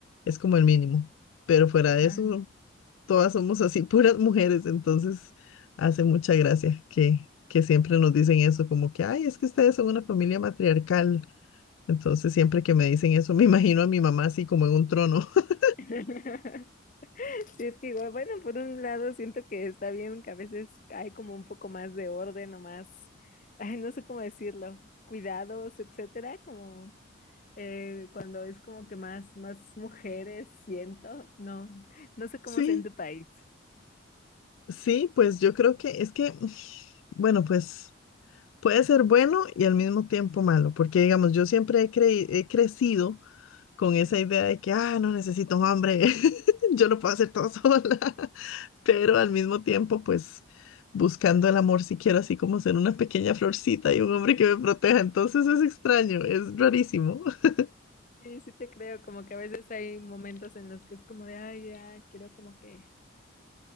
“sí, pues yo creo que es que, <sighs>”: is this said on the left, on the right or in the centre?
Left